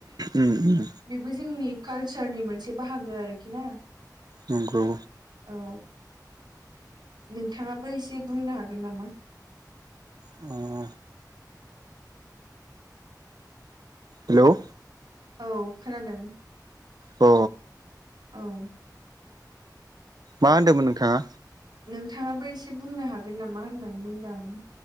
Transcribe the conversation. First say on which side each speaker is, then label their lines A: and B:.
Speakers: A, on the right; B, on the right.
A: उम
B: बेबो जोंनि कालसारनि मोनसे बाहागो आरोखि ना
A: नंगौ
B: औ नोंथाङाबो एसे बुंनो हागोन नामा
A: अ हेलौ
B: औ खोनादों
A: अ
B: औ
A: मा होन्दोंमोन नोंथाङा
B: नोंथाङाबो एसे बुंनो हागोन नामा होननानै बुंदां